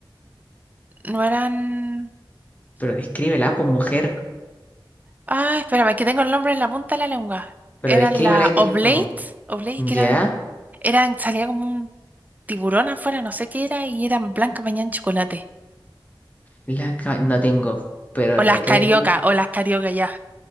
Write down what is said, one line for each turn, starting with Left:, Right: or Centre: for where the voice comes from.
Right: No eran...
Left: Pero descríbela, pues mujer.
Right: Ah, espérame, que tengo el nombre en la punta de la lengua.
Left: Pero
Right: Eran
Left: descríbela
Right: la
Left: y te
Right: Oblates,
Left: ayudo.
Right: Oblates
Left: Ya.
Right: que eran, eran, salía como un tiburón afuera, no sé qué era, y eran blancas bañadas en chocolate.
Left: La ca- no tengo, pero
Right: O
Left: requieres.
Right: las carioca, o las carioca ya.